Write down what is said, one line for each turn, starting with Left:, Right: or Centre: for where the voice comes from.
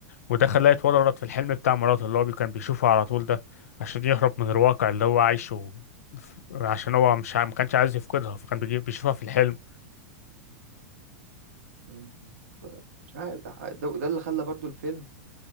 Left: وده خلاه يتورط في الحلم بتاع مراته اللي هو بي- كان بيشوفه على طول ده عشان يهرب من الواقع اللي هو عايشه ف- عشان هو مش ع- ما كانش عايز يفقدها فكان بيجي... بيشوفها في الحلم
Right: مم. مش عارف ده, ده ده اللي خلى برضو الفيلم